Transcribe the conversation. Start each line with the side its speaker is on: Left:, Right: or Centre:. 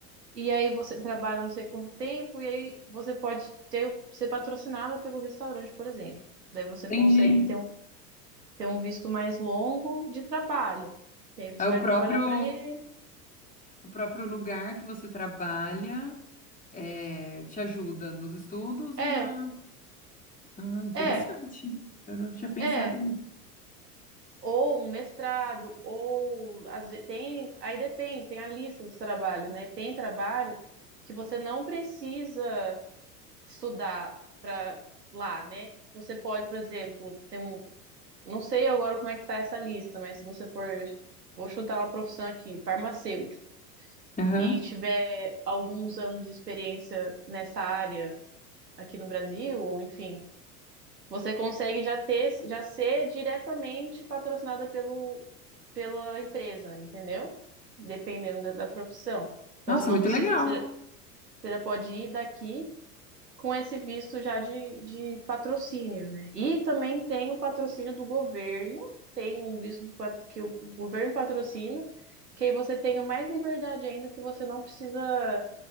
Right: E aí você trabalha não sei quanto tempo, e aí você pode ter, ser patrocinada pelo restaurante, por exemplo. Daí você
Left: Entendi.
Right: consegue ter um, ter um visto mais longo de trabalho. Que aí você
Left: É
Right: vai
Left: o próprio,
Right: trabalhar para eles.
Left: o próprio lugar que você trabalha é, te ajuda nos estudos
Right: É,
Left: e na... Ah, interessante.
Right: é,
Left: Eu não tinha pensado
Right: é.
Left: nisso.
Right: Ou um mestrado, ou às vezes tem. Aí depende, tem a lista dos trabalhos, né? Tem trabalho que você não precisa estudar para lá, né? Você pode, por exemplo, tem um, Não sei agora como é que tá essa lista, mas se você for, vou chutar uma profissão aqui, farmacêutico,
Left: Aham.
Right: e tiver alguns anos de experiência nessa área aqui no Brasil, ou enfim, você consegue já ter, já ser diretamente patrocinada pelo, pela empresa, entendeu? Dependendo da, da profissão. Então
Left: Nossa,
Right: você não
Left: muito
Right: precisa,
Left: legal.
Right: você já você já pode ir daqui com esse visto já de, de patrocínio, né? E também tem o patrocínio do governo, tem um visto do pat- que o, o governo patrocina, que aí você tem mais liberdade ainda, que você não precisa